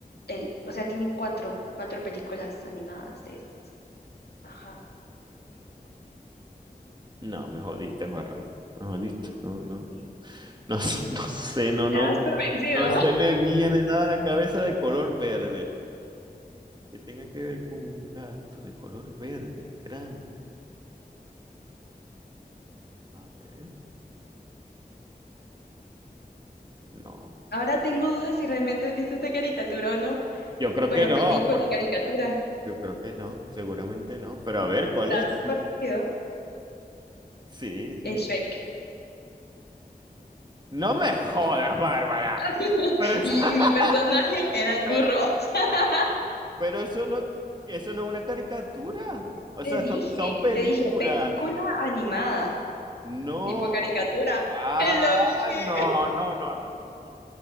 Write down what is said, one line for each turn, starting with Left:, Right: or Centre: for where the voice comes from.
Left: el, o sea, tienen cuatro, cuatro películas animadas de estas. Ajá.
Right: No, me jodiste, Barra. Me jodiste. No, no,
Left: Sí.
Right: no, <laughs> no sé, no, no.
Left: Ya has pervencido.
Right: No se me viene nada a la cabeza de color verde. Que tenga que ver con un gato de color verde, grande. A ver. No.
Left: Ahora tengo dudas si realmente has visto esta caricatura o no.
Right: Yo creo
Left: Bueno,
Right: que no,
Left: película,
Right: porque
Left: caricatura.
Right: yo creo que no, seguramente no. Pero a ver, ¿cuál
Left: Ya
Right: es?
Left: has
Right: Sí,
Left: pervencido.
Right: sí, sí.
Left: Es
Right: sí.
Left: Shrek.
Right: No me jodas, Bárbara.
Left: <laughs>
Right: Pero,
Left: Y mi
Right: <laughs>
Left: personaje era el
Right: pero,
Left: burro, <laughs>
Right: pero eso no, eso no es una caricatura. O
Left: Te
Right: sea,
Left: dije,
Right: son, son películas.
Left: te dije, película animada.
Right: No.
Left: tipo caricatura. <laughs>
Right: Ah,
Left: Te Lo dije.
Right: no, no, no, no, no, no, no,